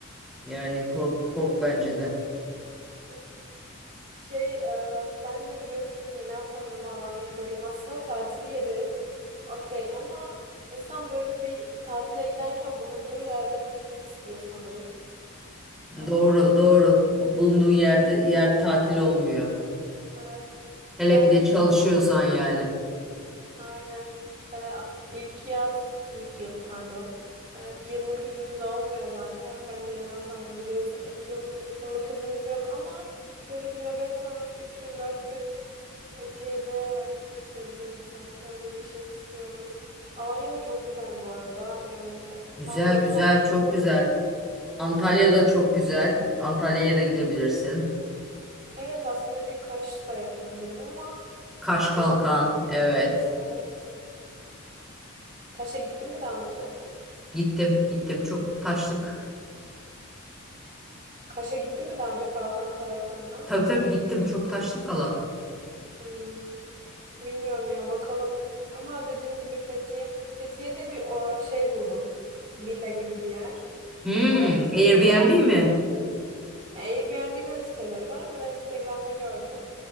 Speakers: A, in the centre; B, on the right.
A: Yani kork kork bence de.
B: <laughs> Şey e, ben de biliyorsun yeni atandım Alanya'dayım. Aslında tatil yeri. Okey ama insan böyle bir tatile giderken bulunduğu yerden gitmek istiyor sanırım. Aa,
A: Doğru,
B: bilmiyorum.
A: doğru. Bulunduğun yerde yer tatil olmuyor.
B: Evet.
A: Hele
B: Ben
A: bir de
B: de
A: çalışıyorsan
B: şey,
A: yani.
B: aynen Ee, ilk yaz, ilk yıl pardon. Ee, bir yıllık iznimiz olmuyor zaten. Ben de yeni atandım biliyorsun. İlk yıl yıllık iznimiz yok ama böyle bir nöbet sonrası 3 gün 4 gün Fethiye'de vakit geçirebilirim sanki. Öyle bir şey istiyorum. Alanya da çok güzel bu arada. Yani
A: Güzel,
B: tam böyle
A: güzel,
B: tatil
A: çok
B: şehri.
A: güzel. Antalya da çok güzel. Antalya'ya da gidebilirsin.
B: Evet aslında bir kaş da yapabilirim ama
A: Kaş
B: kaşa
A: Kalkan,
B: da bir merak
A: evet.
B: ediyorum. Evet. Kaş'a gittin mi daha önce?
A: Gittim, gittim. Çok taşlık.
B: Kaş'a gittin mi daha önce Kalkan taraflarına?
A: Tabii tabii gittim. Çok taşlık alan.
B: Hmm, bilmiyorum ya bakalım. Ama dediğim gibi Fethiye. Fethiye'de bir o, şey buldum. Villa gibi bir yer.
A: Hmm,
B: Ama fiyat
A: Airbnb
B: olarak
A: mi?
B: Airbnb'de de siteleri var ama ben Instagram'da gördüm.